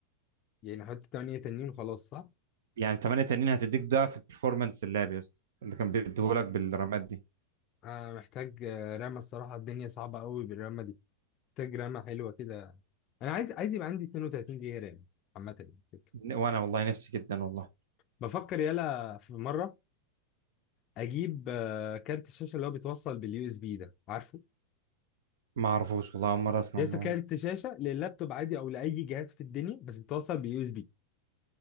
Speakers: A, on the left (about 35°); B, on the right (about 60°).
A: يعني احط 8 تانيين وخلاص صح
B: يعني الثمانية التانيين هتديك ضعف البرفورمانس اللعب يا اسطى اللي كان بيديهولك بالرمات دي
A: انا محتاج آه، رامه الصراحه الدنيا صعبه قوي بالرامه دي محتاج رامه حلوه كده انا عايز عايز يبقى عندي 32 جيجا رام عامه يعني سكة.
B: ن- وانا والله نفسي جدا والله
A: بفكر يلا في مره اجيب آه، كارت الشاشه اللي هو بيتوصل باليو اس بي ده عارفه
B: ما اعرفوش والله اول مرة اسمع
A: لسه
B: الموضوع
A: كارت شاشه لللابتوب عادي او لاي جهاز في الدنيا بس بيتوصل باليو اس بي